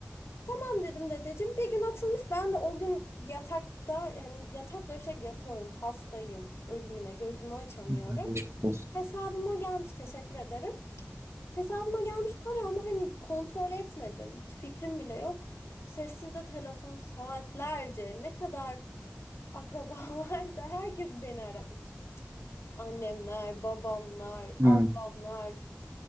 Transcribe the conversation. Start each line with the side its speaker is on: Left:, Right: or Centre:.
Left: Tamam dedim dedeciğim. Bir gün atılmış. Ben de o gün yatakta yani yatak döşek yatıyorum. Hastayım. Ölümüne gözümü açamıyorum.
Right: Hı, Geçmiş olsun.
Left: Hesabıma gelmiş teşekkür ederim. Hesabıma gelmiş para ama hani kontrol etmedim. Hiç fikrim bile yok. Sessizde telefon saatlerce ne kadar akraba <laughs> varsa herkes beni aramış. Annemler, babamlar,
Right: Hı,
Left: ablamlar.